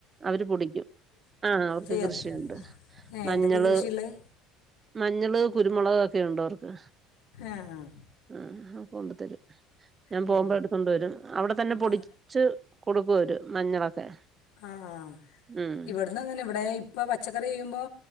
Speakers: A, on the right (about 30°); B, on the left (about 80°).
A: അവര് പൊടിക്കും ആഹ് അവർക്ക്
B: ചെയ്യാറുണ്ട്
A: കൃഷിയുണ്ട്
B: ഏ
A: മഞ്ഞള്
B: എന്തൊക്കെ കൃഷിയുള്ളത്
A: മഞ്ഞള് കുരുമുളക് ഒക്കെ ഉണ്ട് അവർക്ക്
B: ആഹ്‌
A: ആഹ്‌ കൊണ്ട് തരും ഞാൻ
B: ഉം.
A: പോകുമ്പോ എടുത്ത് കൊണ്ടുവരും അവിടെ തന്നെ പൊടി
B: ആ
A: പൊടിച്ച് കൊടുക്കും അവര് മഞ്ഞളൊക്കെ
B: ആഹ് ആഹ്
A: ഉം
B: ഇവിടുന്ന് അങ്ങനെ ഇവിടെ ഇപ്പൊ പച്ചക്കറി ചെയ്യുമ്പോ